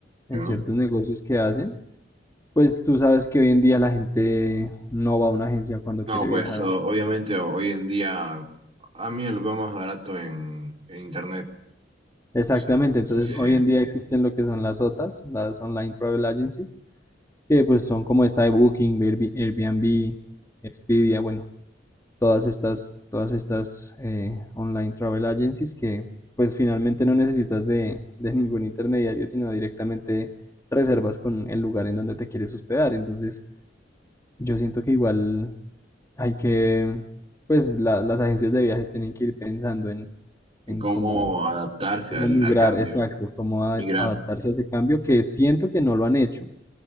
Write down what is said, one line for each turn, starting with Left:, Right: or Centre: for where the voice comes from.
Left: en
Right: ¿no?
Left: ciertos negocios que hacen, pues tú sabes que hoy en día la gente no va a una agencia cuando quiere
Right: No,
Left: viajar.
Right: pues o- obviamente hoy en día a mí lo veo más barato en, en internet,
Left: Exactamente,
Right: o sea,
Left: entonces
Right: sí,
Left: hoy
Right: en
Left: en día existen lo que son las OTAs, las Online Travel Agencies que pues son como esta de Booking, Airb- Airbnb, Expedia, bueno, todas estas, todas estas eh, online travel agencies que pues finalmente no necesitas de, de ningún intermediario, sino directamente reservas con el lugar en donde te quieres hospedar. Entonces, yo siento que igual hay que, pues la- las agencias de viajes tienen que ir pensando en, en
Right: en cómo
Left: cómo,
Right: adaptarse
Left: cómo
Right: al,
Left: migrar,
Right: al cambio,
Left: exacto, cómo a-
Right: migrar,
Left: adaptarse a ese cambio, que siento que no lo han hecho